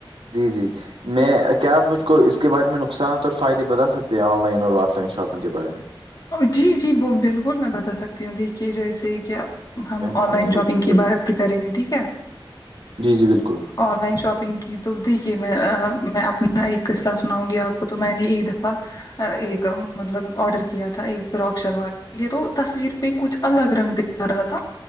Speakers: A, on the right (about 75°); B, on the left (about 45°).
A: جی جی ج میں کیا آپ مجھ کو اس کے بارے میں نقصانات اور فائدے بتا سکتے ہیں آن لائن اور آف لائن شاپنگ کے بارے میں
B: جی جی بالکل میں بتا سکتی ہوں دیکھیے جیسے کیا ہم
A: مہربانی
B: آن لائن
A: ہوگی
B: شاپنگ کی
A: بولیے
B: بات کریں گے ٹھیک ہے
A: جی جی بالکل
B: آن لائن شاپنگ کی تو دیکھیے میں میں اپنا ایک قصہ سناؤں گی آپ کو تو میں نے ایک دفعہ ایک مطلب آڈر کیا تھا یہ فراک شلوار یہ تو تصویر پہ کچھ الگ رنگ دکھا رہا تھا